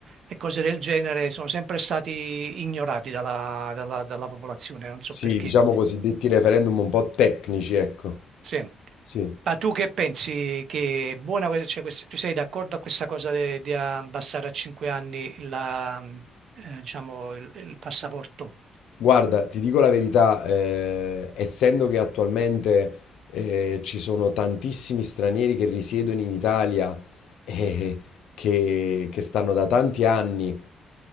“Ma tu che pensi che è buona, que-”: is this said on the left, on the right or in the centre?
Right